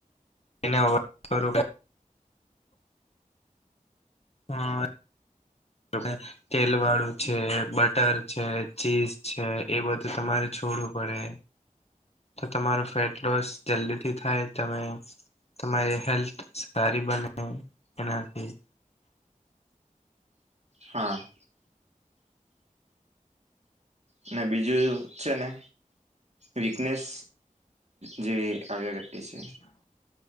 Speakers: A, on the left; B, on the right.
A: એને ઓછી કરો હ... તમે તેલવાળું છે બટર છે ચીઝ છે એ બધું તમારે છોડવું પડે તો તમારું ફેટ લોસ જલ્દીથી થાય તમે તમારી હેલ્થ સારી બને એનાથી
B: હા અને બીજું જો છે ને વીકનેસ જેવી આવ્યા કરતી છે